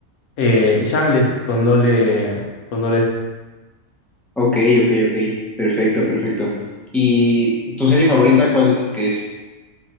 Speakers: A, on the left; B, in the centre.
A: Eh, Shameless con doble, con doble S.
B: Ok, ok, ok. Perfecto, perfecto. ¿Y tu serie favorita, cuál dices que es?